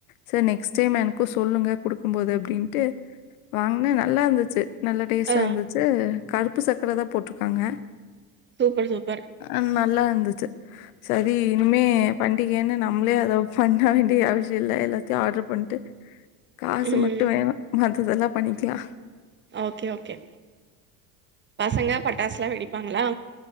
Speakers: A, on the left; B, on the right.
A: சேர் நெக்ஸ்ட் டைம் எனக்கு சொல்லுங்க குடுக்கும்போது அப்படின்ட்டு வாங்னா நல்லா இருந்துச்சு நல்ல டேஸ்ட்டாந்துச்சு.
B: ஆ
A: கருப்பு சக்கரதா போட்ருக்காங்க.
B: சூப்பர் சூப்பர்
A: அஹ்ன் நல்லா. ந்துச்சு சரி இனிமே பண்டிகனு நம்ளே அத. பண்ண வேண்டிய அவசிய இல்ல எல்லாத்தையும் ஆர்டர் பண்ட்டு. காசு
B: ம்
A: மட்டு வேணு அதெல்லாம் பண்ணிக்லா
B: ஓகே ஓகே. பசங்க பட்டாசுலா வெடிப்பாங்களா.